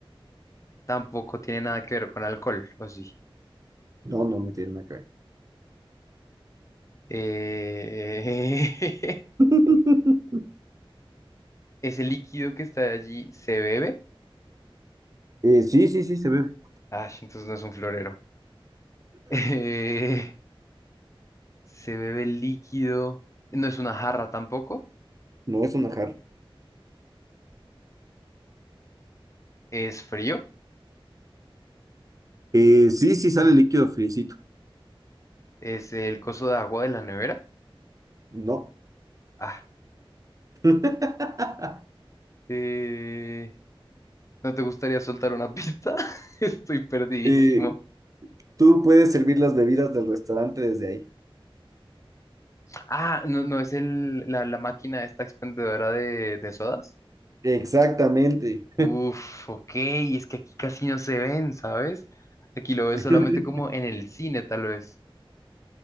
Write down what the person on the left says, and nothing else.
tampoco tiene nada que ver con alcohol, ¿o sí?
Eh... <laughs>
Ese líquido que está allí se bebe.
Ah, entonces no es un florero. <laughs> se bebe el líquido, no es una jarra tampoco,
es frío,
es el coso de agua de la nevera.
Ah,
eh, ¿no te gustaría soltar una pista? <laughs> Estoy perdidísimo.
Ah, no, no es el, la, la máquina esta expendedora de, de sodas.
Uf, ok, es que aquí casi no se ven, ¿sabes? Aquí lo ves
solamente como en el cine, tal vez.